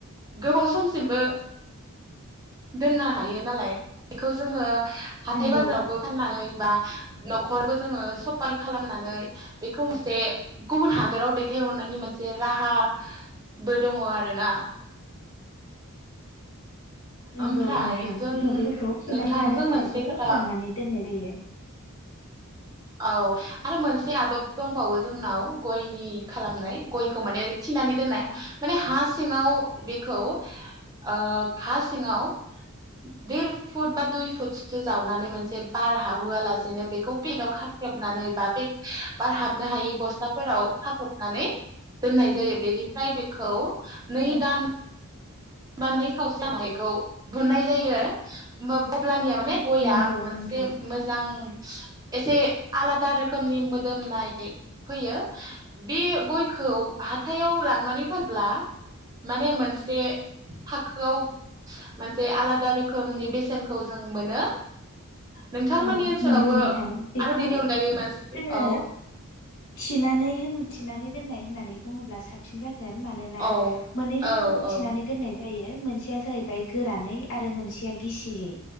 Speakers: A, on the right (about 15°); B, on the left (about 60°).
A: गोबाव समसिमबो दोननो हायो नालाय, बेखौ जोङो हाथाय
B: नंगौ
A: बाजारावबो फाननानै बा नखरबो जोङो सफाल खालामनानै बेखौ मोनसे गुबुन हादराव दैथायहरनायनि मोनसे राहा बो दङ आरो ना?
B: नंगौ
A: ओमफ्राय
B: नोंथां
A: जों
B: जोङो बेखौ थिनाय
A: नोंथांजों
B: जानो
A: मोनसे
B: थाखायबो
A: खोथा
B: फोराननानै दोननाय जायो।
A: औ आरो मोनसे से आदब दंबावो जोंनाव गयनि खालामनाय गयखौ माने थिनानै दोननाय। माने हा सिङाव बेखौ ओ हा सिङाव देर फुट बा दुइ फुटसो जावनानै मोनसे बार हाबहोआलासिनो बेखौ पेदाव खा थोबनानै बा‌ पेक बार हाबनो हायि बस्थाफोराव खाथबनानै दोननाय जायो। बेनिफ्राय बेखौ नै
B: औ
A: दान बा नै खावसे नायखौ बुनाय जायो उम अब्लानिया माने गया
B: नंगौ
A: मोनसे
B: नोंथां
A: मोजां एसे आलादा रोखोमनि मोदोमनाय फैयो। बे गयखौ हाथाइयाव लांनानै फानब्ला माने मोनसे थाखोआव मोनसे आलादा रोखोमनि बे सेनखौ जों मोनो। नोंथांमोननि
B: औ
A: ओनसोलावबो
B: नंगौ नोंथां। बेखौ
A: आरो बेनि अनगायै मोनसे
B: जोङो
A: औ
B: थिनानै होन थिनानै दोननाय होननानै बुङोब्ला साबसिन जागोन। गोन‌ मानोना
A: औ
B: मोननै रोखोमनि
A: औ औ
B: थिनानै दोननाय जायो। मोनसेया जाहैबाय गोरानै आरो मोनसे या गिसियै।